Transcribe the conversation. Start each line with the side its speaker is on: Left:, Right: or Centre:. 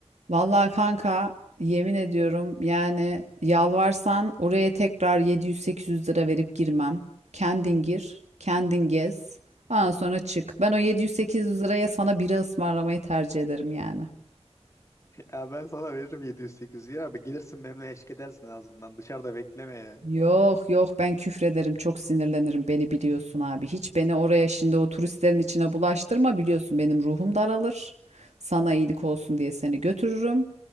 Right: Vallahi kanka yemin ediyorum yani yalvarsan oraya tekrar 700-800 lira verip girmem. Kendin gir, kendin gez. Ondan sonra çık. Ben o 700-800 liraya sana bira ısmarlamayı tercih ederim yani.
Left: Ya ben sana veririm 700-800 lira. Abi gelirsin benimle eşlik edersin en azından. Dışarıda bekleme yani.
Right: Yok yok ben küfrederim çok sinirlenirim beni biliyorsun abi. Hiç beni oraya şimdi o turistlerin içine bulaştırma biliyorsun benim ruhum daralır. Sana iyilik olsun diye seni götürürüm.